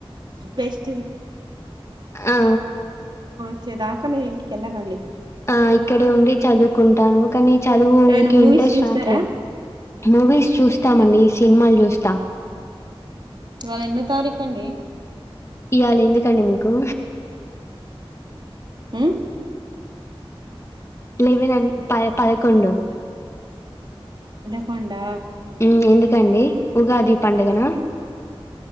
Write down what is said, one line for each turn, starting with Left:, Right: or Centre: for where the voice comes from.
Right: బెస్ట్
Left: ఆ
Right: వచ్చే దాకా మీరు ఇంటికెళ్ళగండి
Left: ఆ ఇక్కడే ఉండి చదువుకుంటాను కానీ చదువుకి
Right: ఏమైనా మూవీస్
Left: ఇంట్రెస్ట్
Right: చూస్తారా
Left: రావట్లేదు మూవీస్ చూస్తామండి సినిమాలు చూస్తాం
Right: ఇవాళ ఎన్నో తారీఖు అండి
Left: ఇవాళ ఎందుకండి మీకు
Right: ఉమ్
Left: లేవెనా అని ప పదకొండు
Right: హోండా
Left: ఇన్ని ఎందుకండి ఉగాది పండగన